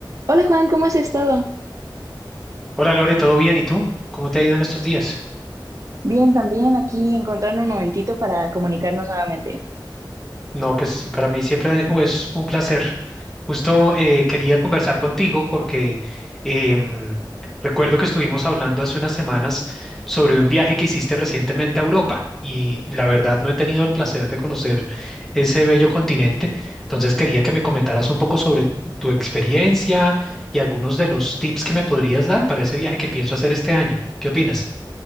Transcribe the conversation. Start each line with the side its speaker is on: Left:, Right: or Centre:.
Right: Hola Juan, ¿cómo has estado?
Centre: Hola Lore, ¿todo bien? ¿Y tú? ¿Cómo te ha ido en estos días?
Right: Bien, también aquí encontrando un momentito para comunicarnos nuevamente.
Centre: No, pues para mí siempre uh, es un placer. Justo eh, quería conversar contigo porque em, recuerdo que estuvimos hablando hace unas semanas sobre un viaje que hiciste recientemente a Europa y la verdad no he tenido el placer de conocer ese bello continente. Entonces quería que me comentaras un poco sobre tu experiencia y algunos de los tips que me podrías dar para ese viaje que pienso hacer este año. ¿Qué opinas?